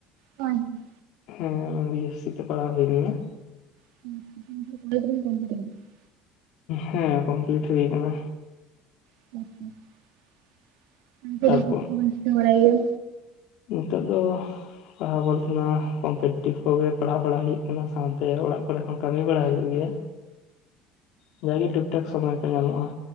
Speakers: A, on the right; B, on the left.
A: ᱦᱳᱭ ᱦᱳᱭ ᱾
B: ᱦᱳᱭ ᱚᱱᱟ ᱵᱤ ᱮᱥ ᱥᱤ ᱛᱮ ᱯᱟᱲᱦᱟᱣ ᱦᱩᱭᱞᱮᱱᱟ ᱾
A: <inaudible>
B: ᱦᱮᱸ ᱠᱚᱢᱯᱞᱮᱴ ᱦᱩᱭ ᱟᱠᱟᱱᱟ᱾
A: <unintelligible> ᱢᱩᱠᱩᱴᱢᱩᱱᱤᱯᱩᱨ
B: ᱛᱟᱨᱯᱚᱨ
A: ᱵᱤᱱ ᱵᱟᱲᱟᱭ ᱜᱮᱭᱟ?
B: ᱱᱤᱛᱚᱜ ᱫᱚ ᱯᱟᱲᱦᱟᱣ ᱵᱚᱞᱛᱮ ᱱᱚᱣᱟ ᱠᱚᱢᱯᱤᱴᱴᱤᱵᱽ ᱠᱚᱜᱮ ᱯᱟᱲᱦᱟᱣ ᱵᱟᱲᱟ ᱦᱩᱭᱩᱜ ᱠᱟᱱᱟ ᱥᱟᱶᱛᱮ ᱚᱲᱟᱜ ᱠᱚᱨᱮ ᱦᱚᱸ ᱠᱟᱹᱢᱤ ᱵᱟᱲᱟ ᱦᱩᱭᱩᱜ ᱜᱮᱭᱟ᱾ <unintelligible> ᱡᱟᱜᱮ ᱴᱩᱠ ᱴᱟᱠ ᱥᱚᱢᱚᱭ ᱠᱚ ᱧᱟᱢᱚᱜᱼᱟ